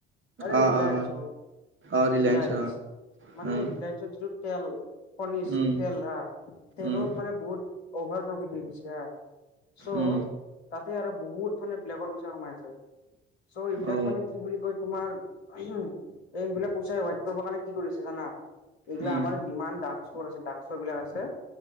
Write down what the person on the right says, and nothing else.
অ
অ অ
অ ৰিলায়েন্স
অ
উম
উম
উম
উম
অ
উম